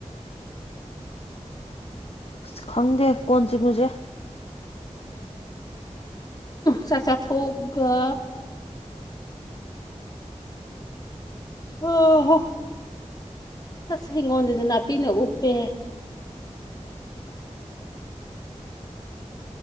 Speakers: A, on the left; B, on the left.
A: ꯑꯁ ꯈꯪꯗꯦ ꯀꯣꯟ ꯆ ꯃꯨꯁꯦ
B: ꯆꯥꯛ ꯆꯥꯊꯣꯛꯑꯒ ꯑꯣ ꯍꯣ ꯑꯁ ꯍꯤꯡꯈꯣꯜꯁꯤꯁꯨ ꯅꯥꯄꯤꯅ ꯎꯞꯄꯦ